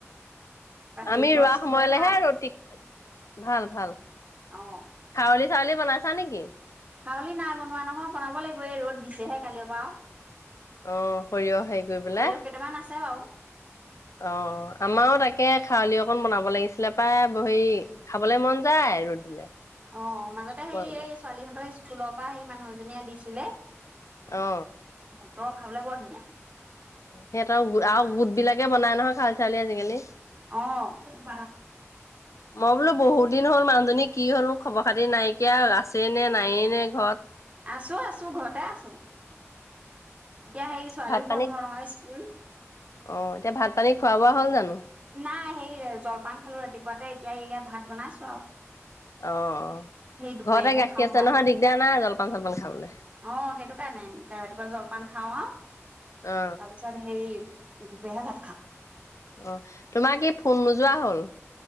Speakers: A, on the right; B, on the left.
A: তাৰপৰা হেৰি
B: আমি
A: ঘৰত
B: ৰুৱা
A: চবৰে
B: সময়লৈহে
A: ভাল
B: ৰদটি ভাল ভাল
A: অ
B: খাৱলি চাৱলি বনাইছা নেকি
A: হাউলি নাই বনোৱা নহয় বনাব লাগিব এই ৰ'দ দিছেহে কালিৰ পৰা আও
B: অ সৰিয়হ হেৰি কৰি পেলাই
A: সৰিয়হ কেইটামান আছে বাও।
B: অ। আমাৰো তাকে খাৱলি অকণ বনাব লাগিছিলে প্ৰায়, বহে খাবলে মন যায় ৰ'দ দিলে।
A: অ। মাজতে
B: গৰমত।
A: সেই এই ছোৱালীহঁতৰ স্কুলৰ পৰা সেই মানুহ এজনীয়ে দিছিলে।
B: অ।
A: বুতৰ খাবলে বৰ ধুনীয়া।
B: সিহঁতৰ
A: ঠিক আছে
B: আৰু গোট বিলাকে বনাই নহয় খাল চালি আজিকালি।
A: অ। <unintelligible>
B: মই বোলো বহুত দিন হ'ল মানুহজনী কি হ'ল নো খবৰ খাতি নাইকিয়া আছেই নে নাইয়ে নে ঘৰত।
A: আছো আছো ঘৰতে আছো। এতিয়া সেই ছোৱালীও
B: ভাত পানী
A: বন্ধ নহয় স্কুল।
B: অ এতিয়া ভাত পানী খোৱা বোৱা হ'ল জানো?
A: নাই সেই জলপান খালো ৰাতিপুৱাতে, এতিয়া এই ভাত বনাইছো আও।
B: অ। ঘৰতে
A: দুপৰীয়াহে
B: গাখীৰ
A: খাওঁ
B: আছে
A: ভাত
B: নহয় দিগদাৰ নাই জলপান চলপান খাবলে।
A: অ সেইটো কাৰণে, ৰাতিপুৱা জলপান খাওঁ আও।
B: অ।
A: তাৰপিছত হেৰি দুপৰিয়াহে ভাত খাম।
B: অ, তোমাৰ কি ফোন নোযোৱা হ'ল?